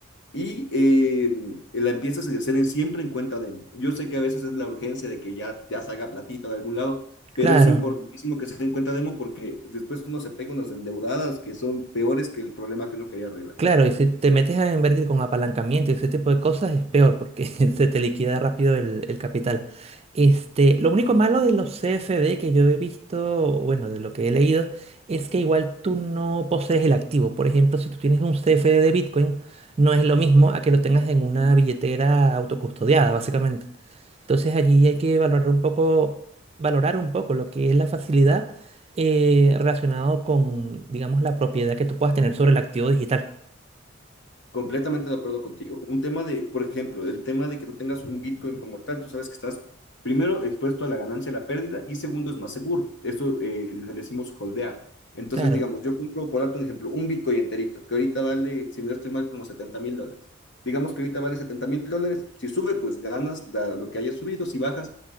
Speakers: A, on the left; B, on the right.
A: y eh, la empiezas a hacer en- siempre en cuenta de. Yo sé que a veces es la urgencia de que ya, ya salga platita de algún lado, pero
B: Claro.
A: es importantísimo que se den cuenta demo porque después uno se pega unas endeudadas que son peores que el problema que uno quería arreglar.
B: Claro, y si te metes a invertir con apalancamiento y ese tipo de cosas es peor porque <laughs> se te liquida rápido el, el capital. Este, lo único malo de los CFD que yo he visto, bueno, de lo que he leído, es que igual tú no posees el activo. Por ejemplo, si tú tienes un CFD de Bitcoin, no es lo mismo a que lo tengas en una billetera autocustodiada, básicamente. Entonces allí hay que valorar un poco, valorar un poco lo que es la facilidad eh, relacionado con, digamos, la propiedad que tú puedas tener sobre el activo digital.
A: Completamente de acuerdo contigo. Un tema de, por ejemplo, el tema de que tú tengas un Bitcoin como tal, tú sabes que estás primero expuesto a la ganancia, y la pérdida y segundo es más seguro. Esto eh, le decimos holdear. Entonces,
B: Claro,
A: digamos, yo compro, por darte un ejemplo, un Bitcoin enterito, que ahorita vale, si no estoy mal, como setenta mil dólares. Digamos que ahorita vale setenta mil dólares. Si sube, pues ganas la- lo que haya subido. Si bajas,